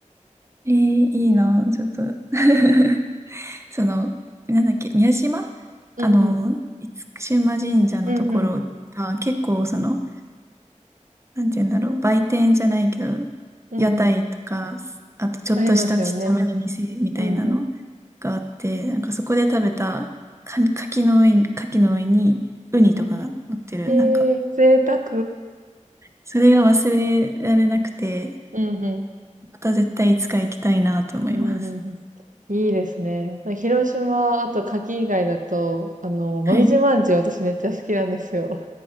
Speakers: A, on the right; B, on the right.
A: えー、いいな、
B: うん、
A: ちょっと <laughs> その、なんだっけ、宮島
B: うん、
A: あの、
B: うん、
A: 厳島神社のところが結構その、
B: うん、うん、
A: なんて言うんだろう、売店じゃないけど、
B: うんうん。
A: 屋台とか、あとちょっとしたちっちゃめの店みたいなの
B: ありますよね。うん、うん、
A: があって、なんかそこで食べたか柿の上に、柿の上にウニとかが乗ってる、
B: うん。うんへえ、
A: なんか、
B: 贅沢。
A: それが忘れられなくて、
B: うん、うん、
A: また絶対いつか行きたいなと思います。
B: うん、うん。うんいいですね。広島、あと牡蠣以外だと、あの、もみじまんじゅう私めっちゃ好きなんですよ。
A: はい。